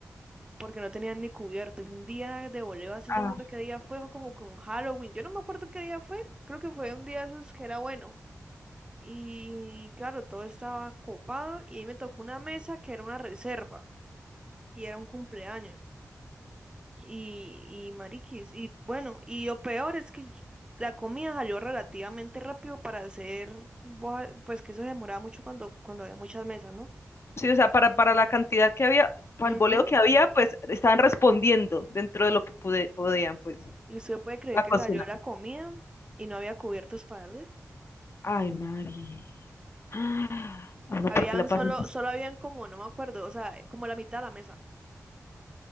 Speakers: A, on the right; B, on the left.
A: porque no tenían ni cubierto. Y un día de voleo así,
B: ah,
A: yo me acuerdo qué día fue, o como con Halloween. Yo no me acuerdo qué día fue, creo que fue un día de esos que era bueno. Y claro, todo estaba copado y ahí me tocó una mesa que era una reserva y era un cumpleaños. Y, y mariquis, y bueno, y lo peor es que yo- la comida salió relativamente rápido para hacer, boja- pues que eso se demoraba mucho cuando, cuando había muchas mesas, ¿no?
B: sí, o sea, para, para la cantidad que había, para el
A: Ujú.
B: boleo que había, pues estaban respondiendo dentro de lo que pude, podían, pues,
A: Y usted puede creer
B: la
A: que
B: cocina.
A: salió la comida y no había cubiertos para darle.
B: Ay, Mari. <gasps> Ah, a uno,
A: Habían
B: ¿por qué la pasan?
A: solo, solo habían como, no me acuerdo, o sea, como la mitad de la mesa.